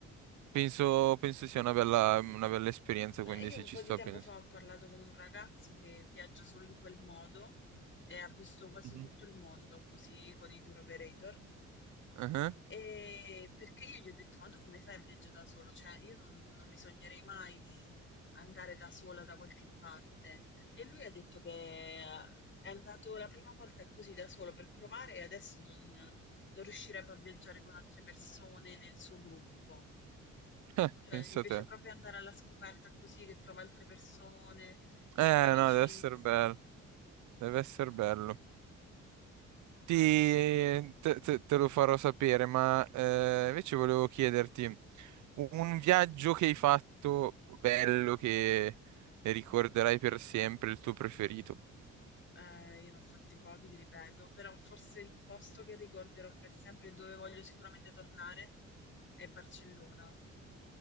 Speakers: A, on the right (about 75°); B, on the left (about 40°).
A: penso, penso sia una bella, una bella esperienza,
B: Eh,
A: quindi
B: Io
A: sì,
B: un
A: ci
B: po'
A: sto,
B: di tempo
A: penso.
B: fa ho parlato con un ragazzo che viaggia solo in quel modo e ha visto quasi
A: Mhm.
B: tutto il mondo così con i tour operator
A: Ah, ah. <laughs>
B: Ehm, perché io gli ho detto: "Ma tu come fai a viaggià da solo? Cioè io non non mi sognerei mai di andare da sola da qualche parte". E lui ha detto che eh, è andato la prima volta così da solo per provare e adesso non non riuscirebbe a viaggiare con altre persone nel suo gruppo.
A: Eh,
B: Cioè
A: pensa
B: gli piace
A: a te.
B: proprio andare alla scoperta così, che trova altre persone,
A: Eh,
B: ci fa amicizia.
A: no, deve essere bello. Deve essere bello.
B: Bello,
A: Ti,
B: sì.
A: te, te- te lo farò sapere, ma eh, invece volevo chiederti un, un viaggio che hai fatto bello che ricorderai per sempre, il tuo preferito.
B: Eh, io ne ho fatti pochi, ti ripeto, però forse il posto che ricorderò per sempre e dove voglio sicuramente tornare è Barcellona.